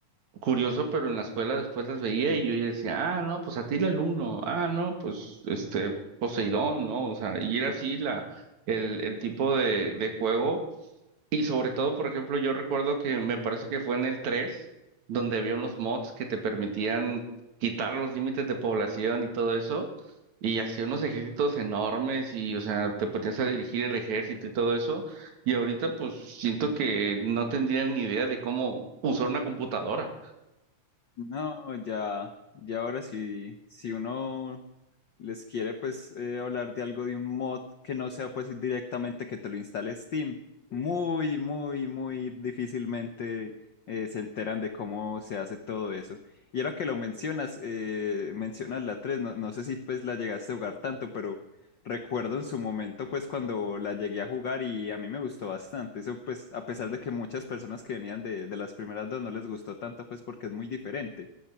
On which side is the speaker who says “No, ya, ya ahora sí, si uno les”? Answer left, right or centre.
Left